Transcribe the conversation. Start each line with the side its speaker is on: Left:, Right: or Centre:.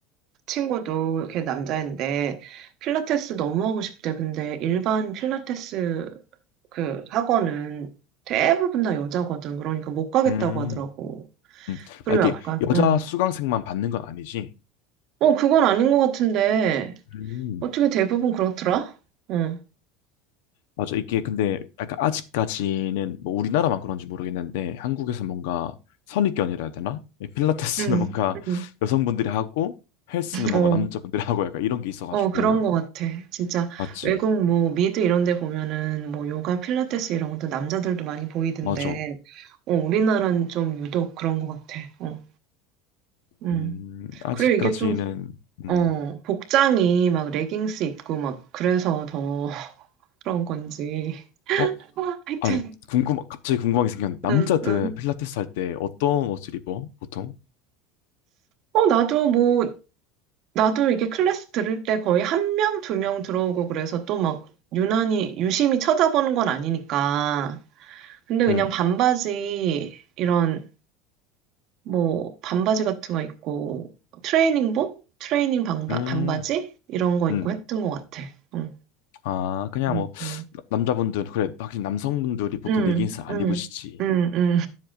Right: 친구도 걔 남자인데 필라테스 너무 하고 싶대. 근데 일반 필라테스 그 학원은 대부분 다 여자거든. 그러니까 못 가겠다고
Left: 음.
Right: 하더라고.
Left: 음.
Right: 그리고
Left: 막 이게
Right: 약간,
Left: 여자
Right: 응.
Left: 수강생만 받는 건 아니지.
Right: 어, 그건 아닌 것 같은데
Left: 음.
Right: 어떻게 대부분 그렇더라? 응,
Left: 맞아. 이게 근데 약간 아직까지는 뭐 우리나라만 그런지 모르겠는데 한국에서 뭔가 선입견이라 해야 되나? 이 필라테스는
Right: 응,
Left: 뭔가 <laughs>
Right: 응.
Left: 여성분들이 하고 헬스는 뭔가
Right: 어.
Left: 남자분들이 하고 약간 이런 게 있어가지고.
Right: 어, 그런 것 같아. 진짜
Left: 맞지?
Right: 외국 뭐 미드 이런 데 보면은 뭐 요가, 필라테스 이런 것도 남자들도 많이 보이던데,
Left: 맞아.
Right: 어, 우리나라는 좀 유독 그런 것 같아. 어, 음.
Left: 음, 아직까지는,
Right: 그리고 이게 좀,
Left: 음,
Right: 어, 복장이 막 레깅스 입고 막 그래서 더 <laughs> 그런 건지.
Left: 어?
Right: 어, 하여튼,
Left: 아니, 궁금, 갑자기 궁금하게 생겼는데 남자들
Right: 응, 응.
Left: 필라테스 할 때 어떤 옷을 입어? 보통?
Right: 어, 나도 뭐, 나도 이게 클래스 들을 때 거의 한 명, 두 명 들어오고 그래서 또 막 유난히 유심히 쳐다보는 건 아니니까. 근데 그냥
Left: 음,
Right: 반바지 이런 뭐 반바지 같은 거 있고 트레이닝복, 트레이닝 반바,
Left: 음,
Right: 반바지 이런 거
Left: 음.
Right: 있고 했던 것 같아. 응,
Left: 아, 그냥
Right: 음,
Left: 뭐,
Right: 음.
Left: 나- 남자분들, 그래, 확실히 남성분들이 보통
Right: 응,
Left: 레깅스 안
Right: 응,
Left: 입으시지.
Right: 응, 응.